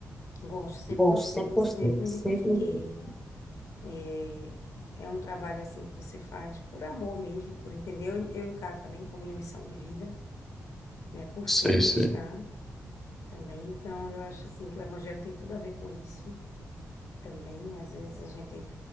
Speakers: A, on the left; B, in the centre.
A: Gosto, sempre
B: gosto
A: gostei,
B: sempre gostei,
A: sempre me
B: sempre
A: identifiquei.
B: me identifiquei.
A: É é um trabalho assim que você faz por amor mesmo, por entender. Eu, eu encaro também como minha missão de vida, né, por
B: Sei,
A: ser cristã
B: sei.
A: também. Então, eu acho assim que o evangelho tem tudo a ver com isso também. Às vezes a gente